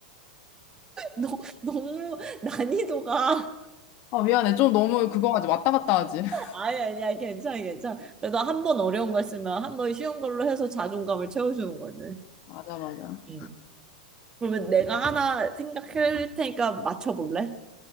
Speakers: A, on the right (about 20°); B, on the left (about 50°).
A: 너, 너무 난이도가
B: 어, 미안해. 좀 너무 그거 하지. 왔다 갔다 하지. <laughs>
A: <laughs> 아니 아니야 괜찮아 괜찮아 그래도 한 번 어려운 거 있으면 한 번 쉬운 걸로 해서 자존감을 채워주는 거지
B: 맞아, 맞아.
A: 응. 그러면 내가 하나 생각할 테니까 맞춰볼래?